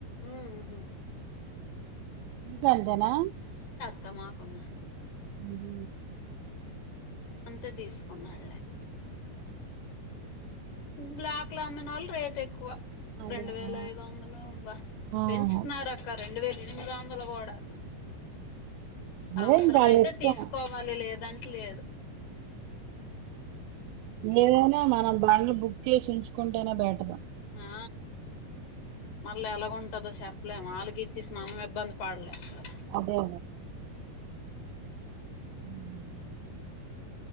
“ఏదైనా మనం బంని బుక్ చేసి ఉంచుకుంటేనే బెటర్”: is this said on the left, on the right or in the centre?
Right